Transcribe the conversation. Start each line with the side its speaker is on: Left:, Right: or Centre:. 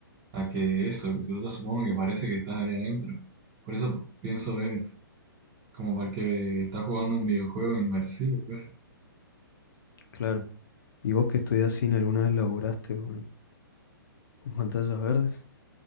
Right: a que eso, que si yo supongo que parece que estás ahí adentro. Por eso pienso es como porque estás jugando un videojuego inmersivo casi.
Left: Claro. ¿Y vos que estudiás cine alguna vez laburaste con, con pantallas verdes?